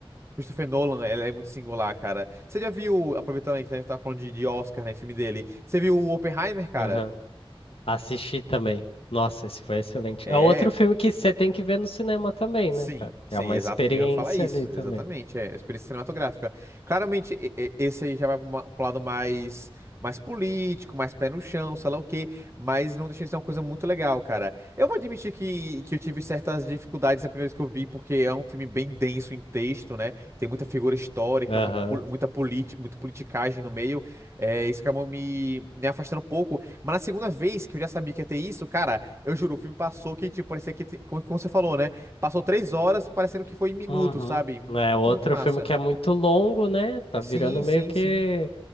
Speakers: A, on the right; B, on the left.
A: Christopher Nolan, ele é muito singular, cara. Você já viu, aproveitando aí que a gente tá falando de, de Oscar, né, filme dele, você viu o Oppenheimer, cara?
B: Aham. Assisti também. Nossa, esse foi excelente.
A: É,
B: É outro filme que você tem que ver no cinema também,
A: sim,
B: né, cara?
A: sim,
B: É uma
A: exato.
B: experiência
A: Eu ia falar isso,
B: ali também.
A: exatamente. É experiência cinematográfica. Claramente, e- e- esse aí já vai para o lado mais, mais político, mais pé no chão, sei lá o quê, mas não deixa de ser uma coisa muito legal, cara. Eu vou admitir que, que eu tive certas dificuldades a primeira vez que eu vi, porque é um filme bem denso em texto, né? Tem muita figura histórica,
B: Aham.
A: muito, pol- muita politi, muita politicagem no meio. É, isso acabou me, me afastando um pouco. Mas na segunda vez que eu já sabia que ia ter isso, cara, eu juro, o filme passou que, tipo, parecia que, como, como você falou, né? Passou três horas, parecendo que foi em minutos,
B: Uhum.
A: sabe? Muito,
B: É outro
A: muito massa.
B: filme que é muito longo, né? Tá
A: Sim,
B: virando meio
A: sim,
B: que
A: sim.